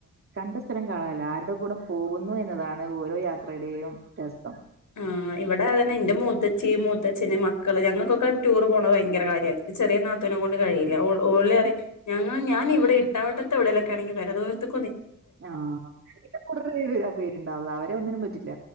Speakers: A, on the right (about 45°); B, on the left (about 80°).
A: കണ്ട സ്ഥലം കാണാനല്ല ആരുടെ കൂടെ പോകുന്നു എന്നതാണ് ഓരോ യാത്രയുടെയും രസം
B: ആ ഇവിടെ അതന്നെ എന്റെ മൂത്തച്ച്ചി മൂത്തച്ഛന് മക്കള് ഞങ്ങൾക്കൊക്കെ ടൂർ പോകണത് ഭയങ്കര കാര്യാണ് ഇത് ചെറിയ നാത്തൂനെ കൊണ്ട് കയീല്ല ഒലറിം ഞങ്ങൾ ഞാൻ ഇവിടെ ഇട്ടാവട്ടത്തൊവ്ടേലാണ്ടെങ്കി വരാ ദൂരത്ത്
A: ആഹ അ- കുറെ പേരുണ്ടാവ അവരെ ഒന്നിനും പറ്റില്ല